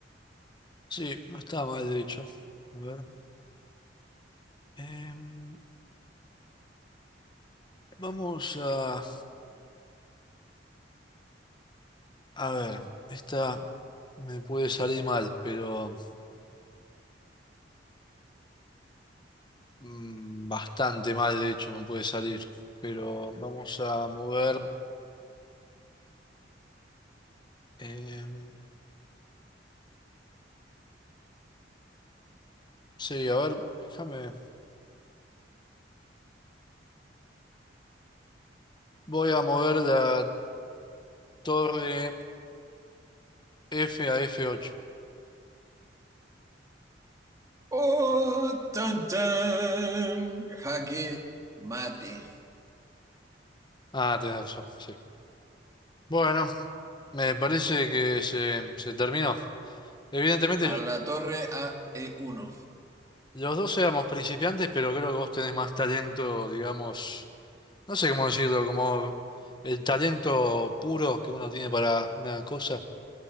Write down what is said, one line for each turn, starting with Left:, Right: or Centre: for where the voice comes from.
Left: Sí, no está mal, de hecho. A ver. em, vamos a... A ver, esta me puede salir mal, pero... mm, bastante mal, de hecho, me puede salir. Pero vamos a mover... em, sí, a ver, déjame... Voy a mover la torre F a F8.
Right: ¡Oh! ¡Tan, tan! Jaque mate.
Left: Ah, tenés razón, sí. Bueno, me parece que se, se terminó. Evidentemente,
Right: A la torre a E1.
Left: los dos éramos principiantes, pero creo que vos tenés más talento, digamos, no sé cómo decirlo, como el talento puro que uno tiene para una cosa.